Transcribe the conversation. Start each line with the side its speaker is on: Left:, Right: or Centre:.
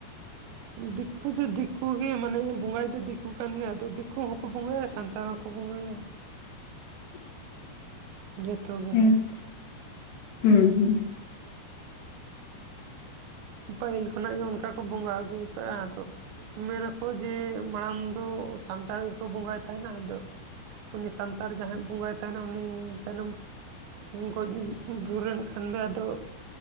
Left: <inaudible>
Right: ᱫᱤᱠᱩ ᱫᱚ ᱫᱤᱠᱩ ᱜᱮ ᱢᱟᱱᱮ ᱵᱚᱸᱜᱟᱭᱤᱫ ᱫᱚ ᱫᱤᱠᱩ ᱠᱟᱱ ᱜᱮᱭᱟ ᱟᱫᱚ ᱫᱤᱠᱩ ᱦᱚᱸᱠᱚ ᱵᱚᱸᱜᱟᱭᱟ ᱥᱟᱱᱛᱟᱲ ᱦᱚᱠᱚ ᱠᱚ ᱵᱚᱝᱜᱟᱭᱟ
Left: <inaudible>
Right: ᱡᱚᱛᱚ ᱜᱮ
Left: ᱦᱮᱸ
Right: ᱱᱟᱦᱟᱜ
Left: ᱦᱩᱸ ᱦᱩᱸ
Right: ᱯᱟᱹᱦᱤᱞ ᱠᱷᱚᱱᱟᱜ ᱜᱮ ᱚᱱᱠᱟ ᱠᱚ ᱵᱚᱸᱜᱟ ᱟᱹᱜᱩ ᱟᱠᱟᱜᱼᱟ ᱟᱫᱚ ᱢᱮᱱᱟᱠᱚ ᱡᱮ ᱢᱟᱲᱟᱝ ᱫᱚ ᱥᱟᱱᱛᱟᱲ ᱜᱮᱠᱚ ᱵᱚᱸᱜᱟᱭ ᱛᱟᱦᱮᱱᱟ, ᱟᱫᱚ ᱩᱱᱤ ᱥᱟᱱᱛᱟᱲ ᱡᱟᱦᱟᱸᱭ ᱵᱚᱸᱜᱟᱭ ᱛᱟᱦᱮᱱᱟ ᱩᱱᱤ ᱛᱟᱭᱱᱚᱢ ᱜᱚᱡ ᱜᱩᱨᱮᱱ ᱠᱷᱟᱱ ᱫᱚ ᱟᱫᱚ